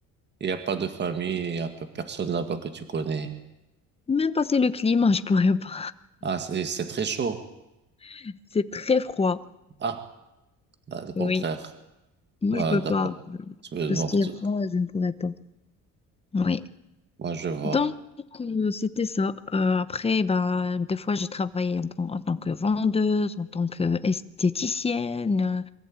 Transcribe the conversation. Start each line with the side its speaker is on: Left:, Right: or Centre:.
Right: il n'y a pas de famille, il n'y a peu- personne là-bas que tu connais.
Left: Même passer le climat, je pourrais pas.
Right: Ah, c'est, c'est très chaud.
Left: <laughs> C'est très froid.
Right: Ah, ah, le contraire.
Left: Oui. Moi,
Right: Ah,
Left: je peux
Right: d'accord.
Left: pas.
Right: Tu veux-
Left: Tout
Right: Donc,
Left: ce qui
Right: tu-
Left: est froid, je ne pourrais pas. Oui.
Right: moi, je vois.
Left: Donc, euh, c'était ça. Euh, après, bah, des fois, j'ai travaillé en, tant en tant que vendeuse, en tant qu'esthéticienne.